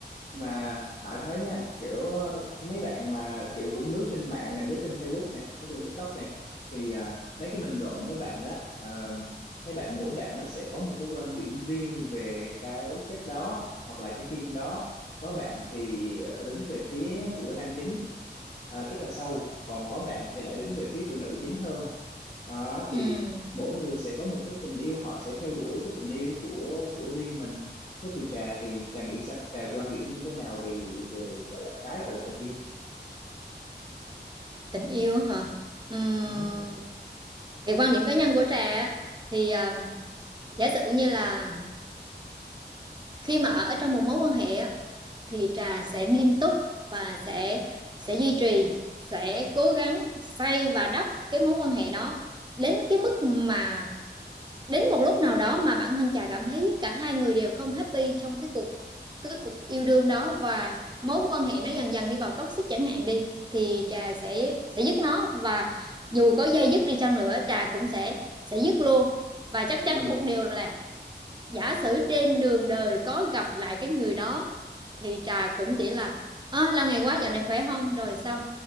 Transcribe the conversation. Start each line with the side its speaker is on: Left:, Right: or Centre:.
Left: Mà Hải thấy nha kiểu ờ, mấy bạn mà kiểu cũng lướt trên mạng này lướt trên Facebook này lướt trên TikTok này thì ờ, mấy cái bình luận mấy bạn á ờ, mấy bạn mỗi bạn nó sẽ có một cái quan điểm riêng về cái cách đó hoặc là cái phim đó có bạn thì ờ, đứng về phía của nam chính ờ, tức là sâu còn có bạn thì lại đứng về phía của nữ chính hơn đó
Right: Ừm,
Left: thì mỗi người sẽ có một cái tình yêu họ sẽ theo đuổi cái tình yêu của của riêng mình thế thì trà thì trà nghĩ sao trà quan điểm như thế nào về, về gọi là cái gọi là tình yêu
Right: tình yêu á hả Ừm,
Left: ừ
Right: về quan điểm cá nhân của Trà á, thì ờ, giả sử như là khi mà ở trong một mối quan hệ á, thì Trà sẽ nghiêm túc và sẽ sẽ duy trì sẽ cố gắng xây và đắp cái mối quan hệ đó đến cái mức mà đến một lúc nào đó mà bản thân Trà cảm thấy cả hai người đều không happy trong cái cuộc cái cuộc yêu đương đó và mối quan hệ nó dần dần đi vào toxic chẳng hạn đi thì Trà sẽ sẽ dứt nó và dù có dây dứt đi chăng nữa Trà cũng sẽ sẽ dứt luôn và chắc
Left: ừ
Right: chắn một điều là giả sử trên đường đời có gặp lại cái người đó thì trà cũng chỉ là à, là ngày quá dạo này khỏe không rồi xong